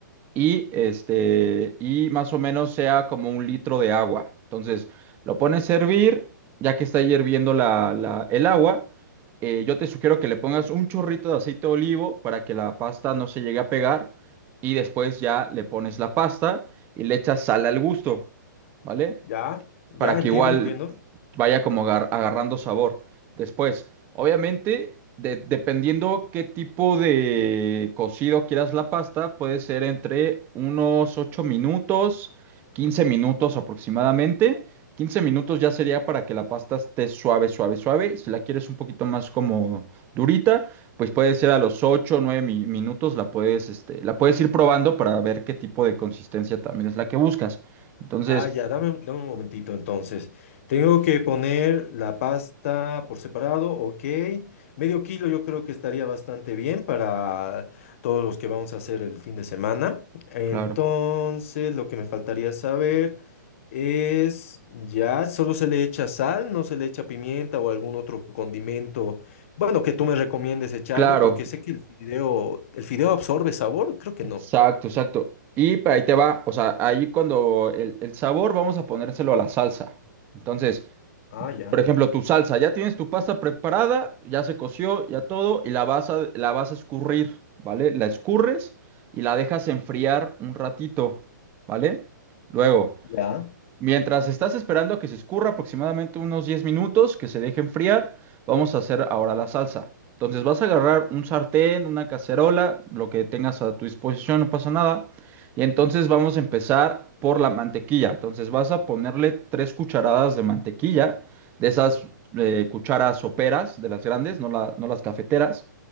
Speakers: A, on the right; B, on the left.
A: y este y más o menos sea como un litro de agua. Entonces, lo pones a hervir, ya que está ahí hirviendo la- la- el agua, eh, yo te sugiero que le pongas un chorrito de aceite de olivo para que la pasta no se llegue a pegar y después ya le pones la pasta y le echas sal al gusto, ¿vale?
B: ¿Ya? ¿Ya?
A: para que
B: Entiendo,
A: igual
B: entiendo.
A: vaya como agar- agarrando sabor. Después, obviamente, de- dependiendo qué tipo de cocido quieras la pasta, puede ser entre unos 8 minutos, 15 minutos aproximadamente. quince minutos ya sería para que la pasta esté suave, suave, suave. Si la quieres un poquito más como durita, pues puede ser a los 8 o 9 mi- minutos la puedes, este, la puedes ir probando para ver qué tipo de consistencia también es la que buscas. Entonces,
B: Ah, ya, dame, un- dame un momentito entonces. Tengo que poner la pasta por separado, ok. Medio kilo yo creo que estaría bastante bien para todos los que vamos a hacer el fin de semana. Entonces,
A: claro.
B: lo que me faltaría saber es, ya, solo se le echa sal, no se le echa pimienta o algún otro condimento, bueno, que tú me recomiendes echarle,
A: Claro,
B: porque sé que el fideo, el fideo absorbe sabor, creo que
A: exacto,
B: no.
A: exacto. Y pa- ahí te va, o sea, ahí cuando el, el sabor vamos a ponérselo a la salsa. Entonces,
B: Ah, ya,
A: por ejemplo, tu salsa, ya tienes tu pasta preparada, ya se coció, ya todo, y la vas a, la vas a escurrir, ¿vale? La escurres y la dejas enfriar un ratito, ¿vale? Luego,
B: ya.
A: Mientras estás esperando a que se escurra aproximadamente unos 10 minutos, que se deje enfriar, vamos a hacer ahora la salsa. Entonces vas a agarrar un sartén, una cacerola, lo que tengas a tu disposición, no pasa nada. Y entonces vamos a empezar por la mantequilla. Entonces vas a ponerle tres cucharadas de mantequilla, de esas eh, cucharas soperas, de las grandes, no, la- no las cafeteras